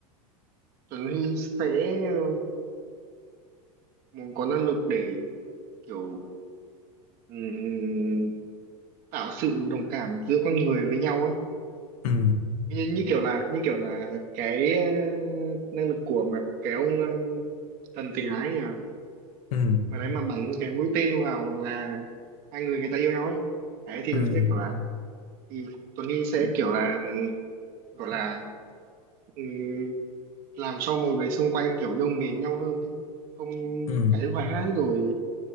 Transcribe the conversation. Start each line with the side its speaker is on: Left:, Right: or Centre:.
Right: Tuấn Huy sẽ ờ, muốn có năng lực để kiểu ừm, tạo sự đồng cảm giữa con người với nhau ấy
Left: ừ
Right: như, như kiểu là như kiểu là cái ờ, năng lực của mà cái ông ờ, thần tình ái nhỉ
Left: ừ
Right: mà đấy mà bắn cái mũi tên vào là hai người người ta yêu nhau ấy đấy thì
Left: ừ
Right: nó sẽ kiểu là thì Tuấn Nghi sẽ kiểu là gọi là ừm, làm cho mọi người xung quanh kiểu yêu mến nhau hơn ấy. Không
Left: ừ
Right: cãi vã rồi